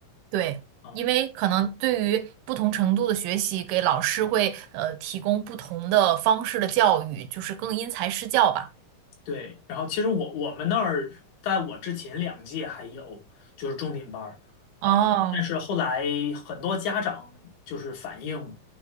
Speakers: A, on the right; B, on the left.
A: 对，
B: 啊。
A: 因为可能对于不同程度的学习，给老师会呃提供不同的方式的教育，就是更因材施教吧。
B: 对，然后其实我我们那儿在我之前两届还有就是重点班儿，
A: 哦，
B: 呃，但是后来很多家长就是反映，